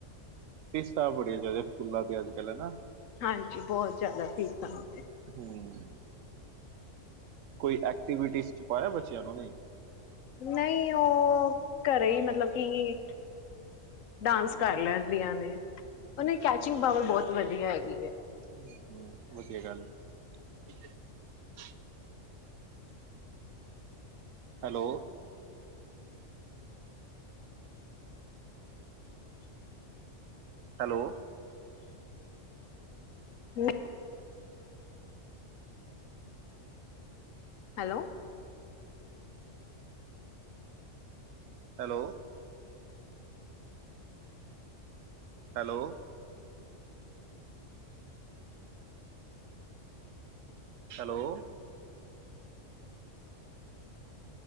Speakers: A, on the right; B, on the left.
A: ਫੀਸਾ ਬੜੀਆ ਜਿਆਦਾ ਸਕੂਲਾਂ ਤੇ ਅੱਜ ਕੱਲ੍ਹ ਹਨਾ।
B: ਹਾਂਜੀ ਬਹੁਤ ਜਿਆਦਾ ਫੀਸਾਂ
A: ਹੂੰ ਕੋਈ ਐਕਟੀਵਿਟੀਜ਼ ਚ ਪਾਇਆ ਬੱਚਿਆਂ ਨੂੰ ਨਹੀਂ
B: ਨਹੀਂ ਉਹ ਘਰੇ ਹੀ ਮਤਲਬ ਕਿ ਡਾਂਸ ਕਰ ਲੈਂਦੀਆਂ ਨੇ। ਉਹਨਾ
A: ਅੱਛਾ
B: ਦੀ ਕੈਚਿੰਗ ਪਾਵਰ ਬਹੁਤ ਵਧੀਆ ਹੈਗੀ। ਐ
A: ਹੂੰ ਵਧੀਆ ਗੱਲ <unintelligible> ਹੈਲੋ ਹੈਲੋ
B: ਹੂੰ hello
A: hello hello hello